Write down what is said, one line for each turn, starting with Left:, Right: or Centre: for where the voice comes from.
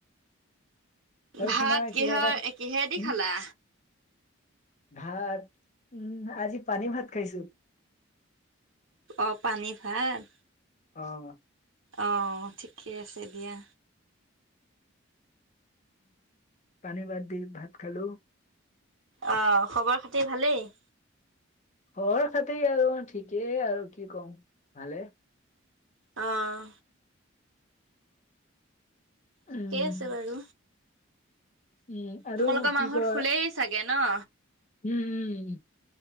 Left: আৰু
Right: ভাত
Left: তোমাৰ
Right: কিহৰ,
Left: কিবা এটা
Right: এ কিহে দি
Left: উম,
Right: খালা?
Left: ভাত, উম, আজি পানী ভাত খাইছোঁ।
Right: অহ, পানীভাত।
Left: অহ।
Right: অহ, ঠিকে আছে দিয়া।
Left: পানী ভাত দি ভাত খালোঁ।
Right: অহ, খবৰ খাতি ভালেই।
Left: খবৰ খাতি আৰু ঠিকেই আৰু কি কম, ভালে।
Right: আহ।
Left: উম
Right: ঠিকেই আছে বাৰু।
Left: উম আৰু
Right: তোমালোকৰ
Left: কি
Right: মাহঁত
Left: কয়
Right: শুলেই চাগে ন'?
Left: উম!